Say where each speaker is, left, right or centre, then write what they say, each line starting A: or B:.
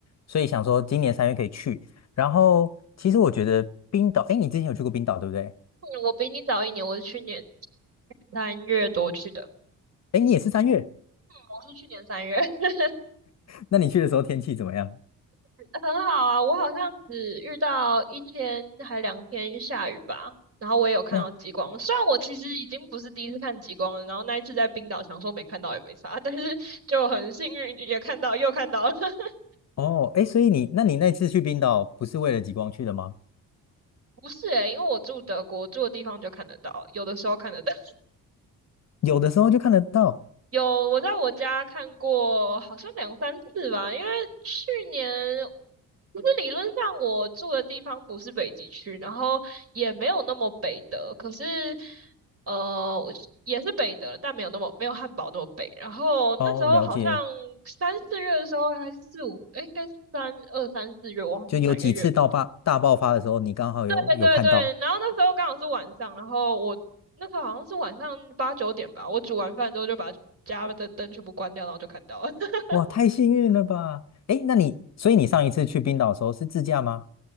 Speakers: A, on the left; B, on the right.
A: 所以想说今年三月可以去。然后其实我觉得冰岛，哎，你之前有去过冰岛对不对？
B: 嗯我比你早一年，我是去年三月多去的。
A: 哎，你也是三月，
B: 我是去年三月，<laughs>
A: 那你去的时候天气怎么样？
B: 很好啊。我好像只遇到一天还两天下雨吧，然后我也有看到极光。
A: 哇，
B: 虽然我其实已经不是第一次看极光了，然后那一次在冰岛想说没看到也没啥，<laughs> 但是就很幸运也看到，又看到了。<laughs>
A: 哦，哎，所以你，那你那次去冰岛不是为了极光去的吗？
B: 不是诶，因为我住德国，住的地方就看得到，有的时候看得到。
A: 有的时候就看得到。
B: 有，我在我家看过，好像两三次吧。因为去年，其实理论上我住的地方不是北极区，然后也没有那么北的。可是，呃，我也是北的，但没有那么没有汉堡那么北。然后那时候好像三四月的时候还是四五，
A: 哦，了解，
B: 哎，应该是三二三四月，忘记哪个月
A: 就有几次到大大爆发的时候，你刚好有有看到。
B: 对对对，然后那时候刚好是晚上，然后我那时候好像是晚上八九点吧，我煮完饭之后就把家的灯全部关掉，然后就看到了。<laughs>
A: 哇，太幸运了吧！哎，那你，所以你上一次去冰岛的时候是自驾吗？